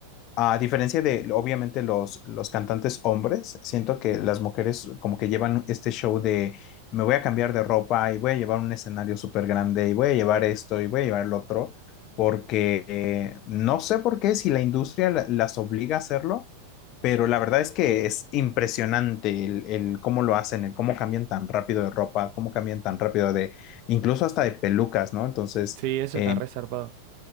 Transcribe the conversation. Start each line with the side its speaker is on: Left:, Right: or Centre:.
Left: a diferencia de, obviamente, los, los cantantes hombres, siento que las mujeres como que llevan este show de me voy a cambiar de ropa y voy a llevar un escenario súper grande y voy a llevar esto y voy a llevar lo otro, porque eh, no sé por qué si la industria la- las obliga a hacerlo pero la verdad es que es impresionante el, el cómo lo hacen, el cómo cambian tan rápido de ropa, cómo cambian tan rápido de, incluso hasta de pelucas, ¿no? Entonces,
Right: Sí, eso
Left: eh,
Right: está re zarpado.